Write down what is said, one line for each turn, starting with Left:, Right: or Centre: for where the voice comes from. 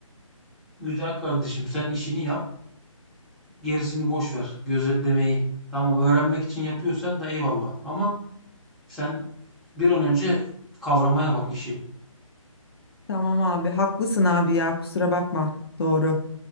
Centre: güzel kardeşim. Sen işini yap. Gerisini boş ver. Gözetlemeyi. Tamam öğrenmek için yapıyorsan da eyvallah. Ama sen bir an önce kavramaya bak işi.
Left: Tamam abi haklısın abi ya kusura bakma. Doğru.